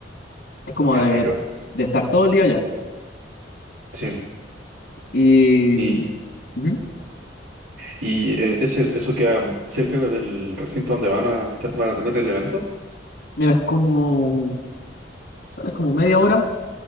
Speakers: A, on the left; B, on the right.
A: Es como
B: Qué
A: de,
B: rico.
A: de estar todo el día allá.
B: Sí.
A: Y...
B: Y,
A: mm, ujú.
B: y eh, ese, eso queda cerca del recinto donde van a, estar- van a tener el evento.
A: Mira, es como... ¿cuál Es como media hora.